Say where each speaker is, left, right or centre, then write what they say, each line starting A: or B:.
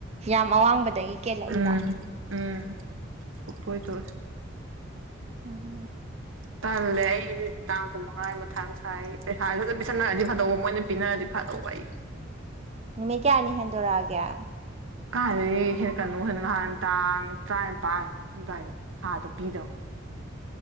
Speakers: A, on the right; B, on the right.
A: ꯌꯥꯝ ꯑꯋꯥꯡꯕꯗꯒꯤ ꯀꯦꯜꯂꯛꯏꯔꯣ
B: ꯎꯝ ꯎꯝ ꯄꯨꯛꯇ‌ꯣꯏ ꯇ‌ꯣꯏ
A: ꯎꯝ ꯍꯝ
B: ꯇꯜꯂꯦ ꯑꯩꯁꯦ ꯇꯥꯡ ꯀꯨꯟꯃꯉꯥ ꯃꯊꯥ ꯁꯥꯏ ꯄꯩꯁꯥ ꯁ ꯁꯠ ꯄꯤꯁꯟꯔꯗꯤ ꯐꯗꯧꯕ ꯃꯣꯏꯅ ꯄꯤꯅꯔꯗꯤ ꯐꯥꯗꯧꯕ ꯑꯩ
A: ꯅꯨꯃꯤꯠ ꯀꯌꯥꯅꯤ ꯍꯦꯟꯗꯣꯔꯛꯑꯒꯦ
B: ꯀꯥꯏꯗꯒꯤ ꯍꯦ ꯀꯩꯅꯣ ꯍ‌ꯦꯟꯅ ꯉꯍꯥꯟ ꯇꯥꯡ ꯇꯔꯥꯅꯤꯄꯥꯟ ꯑꯗꯨꯋꯥꯏꯗ ꯊꯥꯗ ꯄꯤꯗꯧ